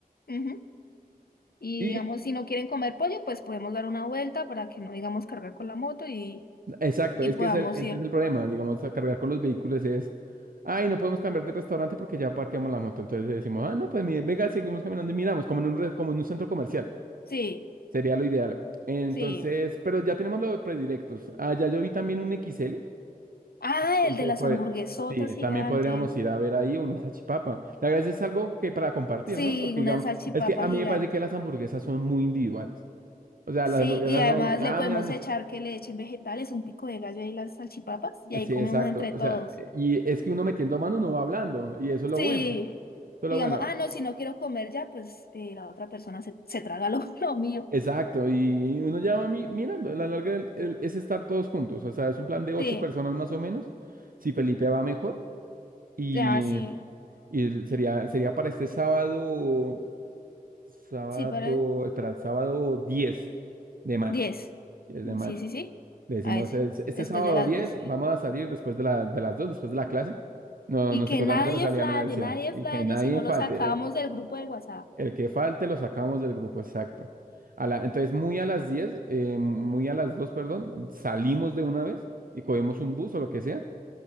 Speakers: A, on the left; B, on the right.
A: ujú. Y
B: Y
A: digamos, si no quieren comer pollo, pues podemos dar una vuelta para que no digamos cargar con la moto y,
B: exacto,
A: y
B: es
A: podamos
B: que ese, ese
A: ir.
B: es el problema, digamos, a cargar con los vehículos es, ay, no podemos cambiar de restaurante porque ya parqueamos la moto. Entonces decimos, ah, no, pues mire, venga, seguimos caminando y miramos, como en un, re- como en un centro comercial.
A: Sí,
B: Sería lo ideal. Entonces,
A: sí.
B: pero ya tenemos los predilectos. Ah, ya yo vi también un XL.
A: Ah,
B: Entonces,
A: el de las
B: pues,
A: hamburguesotas
B: sí,
A: gigantes.
B: también podríamos ir a ver ahí una salchipapa. La verdad es algo que para compartir,
A: Sí,
B: ¿no? Porque,
A: una
B: digamos,
A: salchipapa
B: es que a
A: gigante.
B: mí me parece que las hamburguesas son muy individuales. O sea,
A: Sí,
B: las hamburguesas
A: y además
B: son, ah,
A: le podemos
B: mia, mia.
A: echar que le echen vegetales, un pico de gallo y las salchipapas, y ahí
B: Sí,
A: comemos
B: exacto.
A: entre
B: O
A: todos.
B: sea, y es que uno metiendo mano uno va hablando, y eso es lo
A: Sí,
B: bueno. Eso es
A: digamos,
B: lo bueno.
A: ah, no, si no quiero comer ya, pues eh, la otra persona se, se traga lo, <laughs> lo mío.
B: Exacto, y uno ya va mi- mirando. A la larga el- el- es estar todos juntos. O sea, es un plan de ocho
A: Sí,
B: personas más o menos. Si Felipe va mejor. Y,
A: ah, sí.
B: y el- sería,
A: Y-
B: sería para este sábado, sábado,
A: Sí, para el
B: espera, el sábado diez de mayo.
A: 10.
B: 10 de mayo.
A: Sí, sí, sí.
B: Le decimos,
A: A ese,
B: el- este
A: después
B: sábado
A: de las
B: diez
A: 12.
B: vamos a salir después de, la, de las 2 después de la clase. No,
A: Y
B: nos
A: que
B: encontramos
A: nadie
B: en la salida
A: flaye,
B: de la universidad.
A: nadie
B: Y
A: flaye
B: que nadie
A: si no
B: falte.
A: lo sacamos
B: eh,
A: del grupo de WhatsApp.
B: El que falte lo sacamos del grupo, exacto. A la, entonces, muy a las 10 eh, muy a las 2 perdón, salimos de una vez y cogemos un bus o lo que sea.